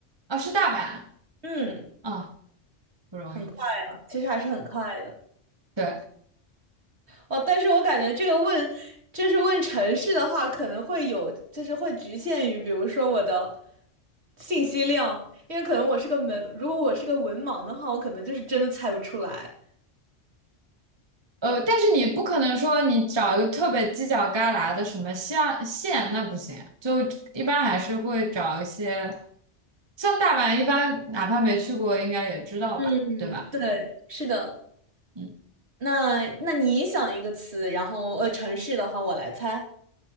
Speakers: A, on the right; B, on the right.
A: 哦，是大阪。
B: 嗯，
A: 啊，不容易。
B: 很快啊，其实还是很快的。
A: 对，
B: 哦，但是我感觉这个问，就是问城市的话，可能会有，就是会局限于，比如说我的信息量，因为可能我是个文，如果我是个文盲的话，我可能就是真的猜不出来。
A: 呃，但是你不可能说你找一个特别犄角旮旯的什么像县，那不行。就一般还是会找一些，像大阪，一般哪怕没去过，应该也知道吧，
B: 嗯，
A: 对吧？
B: 对，是的。
A: 嗯，
B: 那那你想一个词，然后呃，城市的话我来猜。